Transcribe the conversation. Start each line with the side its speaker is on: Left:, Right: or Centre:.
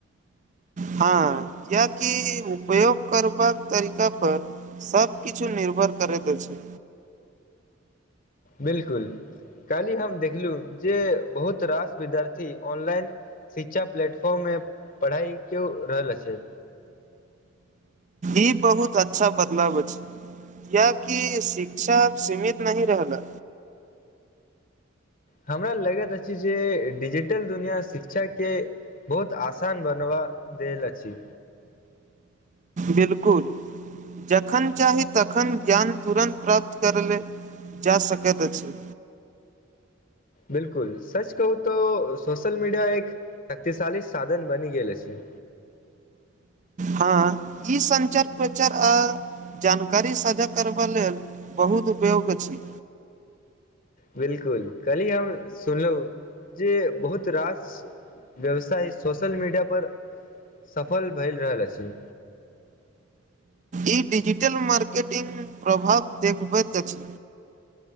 Right: हँ क्याकी उपयोग करबाक तरिका पर। सबकिछु निर्भर करैत अछि।
Left: बिल्कुल कालहि हम देखलू जे बहुत रास विद्यार्थी ऑनलाइन। शिक्षा प्लेटफॉर्म मे पढ़ाई क्यो रहल अछी।
Right: ई बहुत अच्छा बदलाव अछि। कियाकी शिक्षा सीमित नहि रहल।
Left: हमरा लगैत अछि जे डिजिटल दुनिआँ शिक्षाके। बहुत आसान बनबा देल अछि।
Right: बिल्कुल। जखन चाही तखन ज्ञान तुरन्त प्राप्त करले जा सकैत अछि।
Left: बिल्कुल सच कहू तोऽ सोशल मीडिया एक शक्तिशाली साधन बनि गेल अछी।
Right: हँ ई संञ्चार प्रचार आ। जानकारी सझा करबा लेल बहुत उपयोग अछी।
Left: बिल्कुल कल्ही हम सुनलौं जे बहुत रास। व्यवसाय सोशल मीडिया पर सफल भए रहल अछि।
Right: ई डिजिटल मार्केटिंगग प्रभाव देखबैत अछि।